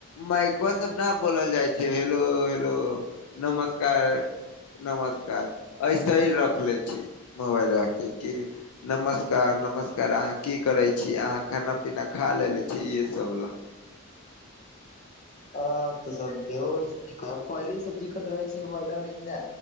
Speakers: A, on the left (about 85°); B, on the left (about 30°).
A: माइको सब ना बोलल जाइ छै हेलो- हेलो नमस्कार। नमस्कार ऐसे ही रखले छी। मोबाइल राख कऽ कि नमस्कार -नमस्कार अहाँ की करै छी, अहाँ खाना पीना खा लेलेे छी, इहे सब लए।
B: आ तऽ सब के कहु पहिले सब दिक्कत रहै छै महिना में कि नै।